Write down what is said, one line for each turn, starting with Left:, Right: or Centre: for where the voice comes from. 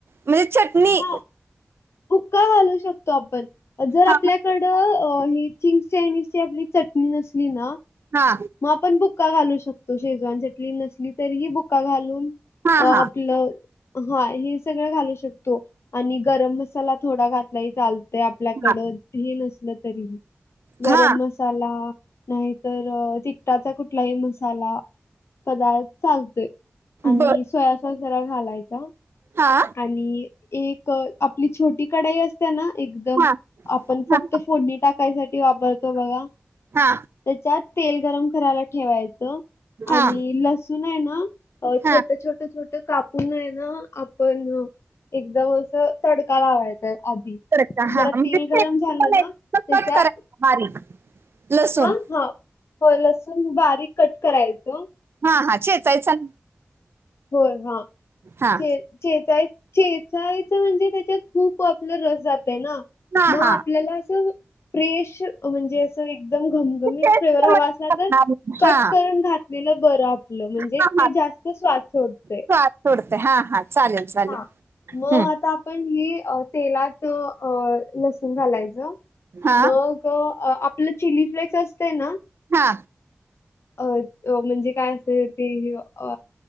Right: म्हणजे चटणी
Left: हां, बुक्का घालू शकतो आपण जर आपल्याकडं
Right: हा
Left: चिंग्स चायनीज ची आपली चटणी नसली ना
Right: हा
Left: मग आपण बुक्का घालू शकतो शेजवान चटनी नसली तरीही बुक्का घालून
Right: हा
Left: अ
Right: हा
Left: आपलं हा हे सगळं घालू शकत. आणि गरम मसाला थोडा घातलाही चालतो. ते आपल्याकड
Right: हा
Left: नसल तरी गरम
Right: हा
Left: मसा मसाला नाहीतर तिकटाचा कुठलाही मसाला पदार्थ चालतोय आणि
Right: बर
Left: सोया सोयासॉस जरा घालायचा.
Right: हा.
Left: आणि एक आपली छोटी कढाई असते. ना एकदम
Right: हा
Left: आपण फक्त
Right: हा हा
Left: फोडणी टाकायसाठी वापरतो बघा.
Right: हा
Left: त्याच्यात तेल गरम करायला ठेवायचं
Right: हा
Left: आणि लसूण आहे ना. अ
Right: हा
Left: छोट छोट छोट काप पुन आहे न आपण एकदम असं तडका लावायचा. आधी
Right: करायचा
Left: जरा
Right: हा
Left: तेल
Right: म्हणजे शेपटी
Left: गरम झालं
Right: पण आहे,
Left: न
Right: तो
Left: त्याच्यात
Right: कट करायचा बारीक लसूण
Left: हा हा होय लसूण बारीक कट करायचं.
Right: हा हा चेचायचा.
Left: हो हा
Right: हा
Left: चे चेचाय चेचायचं म्हणजे त्याच्यात खूप आपलं रस जात आहेय ना.
Right: हा
Left: मग
Right: हा
Left: आपल्याला अस फ्रेश म्हणजे अस एकदम घमघमी
Right: ते
Left: फ्लेवर हवा
Right: मध्ये
Left: असला
Right: टाकणार.
Left: तर कट
Right: हा
Left: करून घातलेलं बर आप ल म्हणजे
Right: हा
Left: ते
Right: हा
Left: जास्त स्वाद सोडते.
Right: स्वाद सोडते हा हा चालेल. चालेल
Left: हा मग
Right: हम्म.
Left: आता आपण हि तेलात लसूण घालायचं.
Right: हा
Left: मग आपलं चिली फ्लेक्स असते ना.
Right: हा
Left: अ म्हणजे काय असते अ